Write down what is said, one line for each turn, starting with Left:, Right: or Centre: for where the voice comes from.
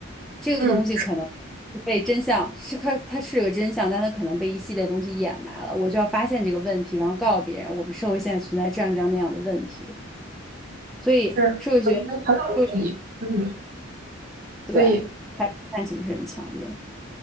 Centre: 这个东西可能
Right: 嗯，
Centre: 被真相是它它是个真相，但它可能被一系列东西掩埋了，我就要发现这个问题，然后告诉别人我们社会现在存在这样这样那样的问题。所以社会学，
Right: 是，我觉得很有意义，
Centre: 就
Right: 嗯，
Centre: 对，
Right: 所以
Centre: 它探性是很强的。